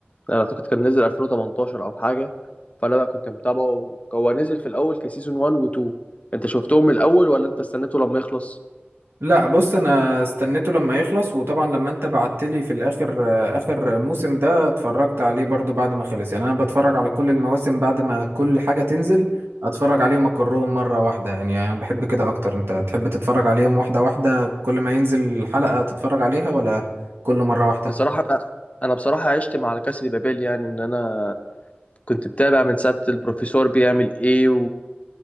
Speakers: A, on the left; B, on the right.
A: أنا أعتقد كان نزل 2018 أو حاجة فأنا بقى كنت متابعه هو نزل في الأول كسيزون 1 و 2 أنت شفتهم من الأول ولا أنت استنيته لما يخلص؟
B: لا بص انا استنيته لما يخلص وطبعا لما انت بعتلي في الاخر اخر موسم ده اتفرجت عليه برضو بعد ما خلص يعني انا بتفرج على كل المواسم بعد ما كل حاجة تنزل اتفرج عليهم اكرهم مرة واحدة يعني يعني انا بحب كده اكتر انت تحب تتفرج عليهم واحدة واحدة كل ما ينزل حلقة تتفرج عليها ولا كل مرة واحدة
A: بصراحة أنا أنا بصراحة عشت مع لكاسا دي بابيل يعني إن أنا كنت متابع من ساعة البروفيسور بيعمل إيه